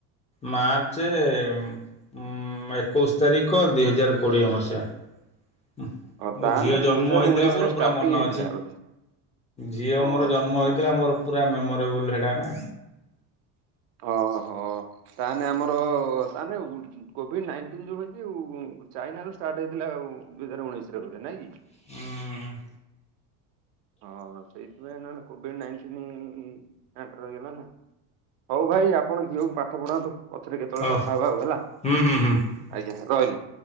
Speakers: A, on the left; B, on the right.
A: ମାର୍ଚ୍ଚ ଏକୋଉଶ୍ ତାରିଖ ଦୁଇ ହଜାର କୋଡ଼ିଏ ମସିହା।
B: ହଁ
A: ମୋ
B: ତାହେଲେ
A: ଝିଅ ଜନ୍ମ
B: ଦୁଇ ହଜାର
A: ହେଇଥିଲା
B: ଉଣେଇଶିରେ
A: ମୋର
B: ଷ୍ଟାର୍ଟିଂ
A: ପୁରା ମନ
B: ହେଇଥିଲା
A: ଅଛି।
B: ବୋଧେ।
A: ଝିଅ
B: ଓହୋ।
A: ମୋର ଜନ୍ମ ହେଇଥିଲା ମୋର ପୁରା ମେମୋରେବୁଲ ହେଡା ନା।
B: ଅ ହ ତାନେ ଆମର ତାନେ କୋଭିଡ୍ ନାଇନ୍ ଟିନ୍ ଯୋଉ ହେଇଛି ଉ ଚାଇନାରୁ ଷ୍ଟାର୍ଟ ହେଇଥିଲା ଉଁ ଦୁଇ ହଜାର ଉଣେଇଶିରେ ବୋଧେ ନାଇଁ କି?
A: ଉଁ ହୁଁ।
B: ହଁ ସେଇଥିପାଇଁ ନହେଲେ କୋଭିଡ୍ ନାଇନ୍ ଟିନ୍ ଏଣ୍ଟର ହେଇଗଲା ନା। ହୋଉ ଭାଇ ଆପଣ ଝିଅକୁ ପାଠ ପଢାନ୍ତୁ। ପଛରେ କେତେବେଳେ
A: ହଉ
B: କଥା ହେବା ଆଉ ହେଲା
A: ହୁଁ ହୁଁ ହୁଁ
B: ଆଜ୍ଞା ରହିଲି।